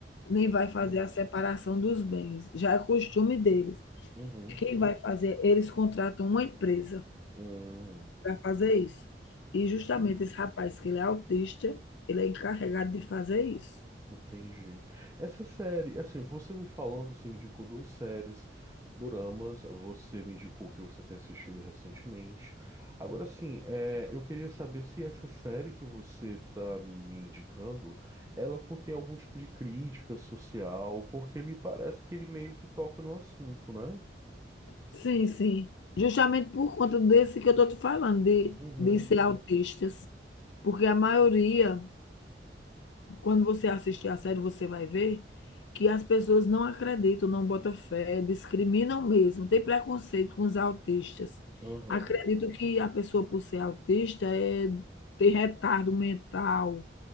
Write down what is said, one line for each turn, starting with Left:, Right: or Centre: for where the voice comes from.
Left: nem
Right: Uhum.
Left: vai fazer a separação dos bens. Já é costume deles.
Right: Uhum.
Left: Quem vai fazer? Eles contratam uma empresa
Right: Hum,
Left: para fazer isso. E
Right: entendi,
Left: justamente esse rapaz, que ele é autista, ele é encarregado de fazer isso.
Right: entendi. Essa série, assim, você me falando, você me indicou duas séries, doramas, você me indicou que você tem assistido recentemente. Agora, assim, é, eu queria saber se essa série que você tá me indicando, ela contém algum tipo de crítica social, porque me parece que ele meio que toca no assunto, né?
Left: Sim, sim. Justamente por conta desse que eu estou te falando, de
Right: Uhum,
Left: de ser autistas, porque a maioria, quando você assistir a série, você vai ver que as pessoas não acreditam, não botam fé, discriminam mesmo, tem preconceito com os autistas.
Right: aham,
Left: Acredito que a pessoa, por ser autista, é tem retardo mental.